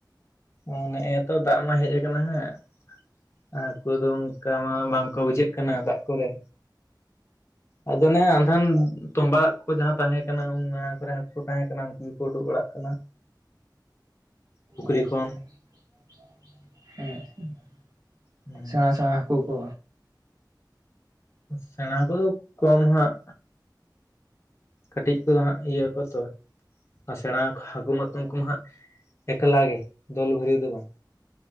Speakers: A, on the left; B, on the right.
A: ᱚ ᱱᱮᱜᱼ ᱮ ᱛᱚ ᱫᱟᱜ ᱢᱟ ᱦᱮᱡ ᱟᱠᱟᱱᱟ ᱦᱟᱜ᱾ ᱦᱟᱹᱠᱩ ᱫᱚ ᱚᱱᱠᱟ ᱢᱟ ᱵᱟᱝᱠᱚ ᱵᱩᱡᱷᱟᱹᱜ ᱠᱟᱱᱟ, ᱫᱟᱜ ᱠᱚᱨᱮ᱾ ᱟᱫᱚ ᱱᱮ ᱟᱫᱟᱱ ᱛᱚᱸᱵᱟᱜ ᱦᱟᱹᱠᱩ ᱡᱟᱦᱟᱸ ᱛᱟᱦᱮᱸ ᱠᱟᱱᱟ ᱩᱱ ᱚᱱᱟ ᱠᱚᱨᱮ ᱦᱟᱹᱠᱩ ᱛᱟᱦᱮᱸ ᱠᱟᱱᱟ ᱩᱱᱠᱩ ᱜᱮᱠᱚ ᱩᱰᱩᱠ ᱵᱟᱲᱟᱜ ᱠᱟᱱᱟ ᱯᱩᱠᱷᱨᱤ
B: ᱟᱪᱪᱷᱟ
A: ᱠᱷᱚᱱ
B: <inaudible> ᱮᱸ ᱟᱪᱪᱷᱟ
A: ᱦᱩᱸ
B: ᱥᱮᱬᱟ ᱥᱮᱬᱟ ᱦᱟᱹᱠᱩ ᱠᱚ
A: ᱥᱮᱬᱟ ᱦᱟᱹᱠᱩ ᱫᱚ ᱠᱚᱢ ᱦᱟᱸᱜ ᱠᱟᱹᱴᱤᱡ ᱠᱚ ᱫᱚ ᱤᱭᱟᱹᱜ ᱟᱠᱚ ᱛᱚ ᱟᱨ ᱥᱮᱬᱟ ᱦᱟᱹᱠᱩ ᱢᱟᱛᱚᱢ ᱩᱱᱠᱩ ᱢᱟ ᱦᱟᱸᱜ ᱮᱠᱞᱟ ᱜᱮ ᱫᱚᱞ ᱵᱷᱟᱹᱜᱤᱭᱟᱹ ᱫᱚ ᱵᱟᱝ